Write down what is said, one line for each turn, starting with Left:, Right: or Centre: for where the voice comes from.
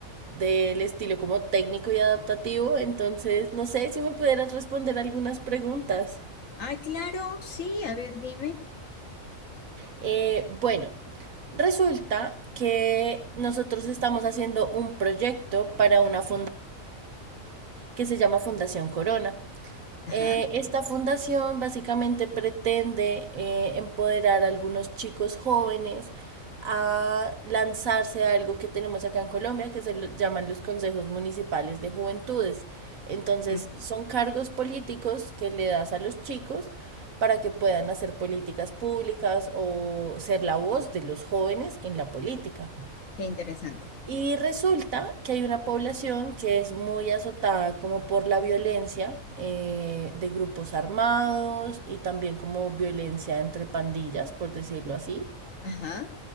Right: del estilo como técnico y adaptativo. Entonces, no sé si me pudieras responder algunas preguntas.
Left: ah claro, sí, a ver, dime.
Right: Eh, bueno, resulta que nosotros estamos haciendo un proyecto para una fundación que se llama Fundación Corona.
Left: Ajá,
Right: Eh, esta fundación básicamente pretende eh, empoderar a algunos chicos jóvenes a lanzarse a algo que tenemos acá en Colombia que se lo- llaman los consejos municipales de juventudes. Entonces,
Left: mm,
Right: son cargos políticos que le das a los chicos para que puedan hacer políticas públicas o ser la voz de los jóvenes en la política.
Left: qué interesante.
Right: Y resulta que hay una población que es muy azotada como por la violencia eh, de grupos armados y también como violencia entre pandillas, por decirlo así,
Left: Ajá,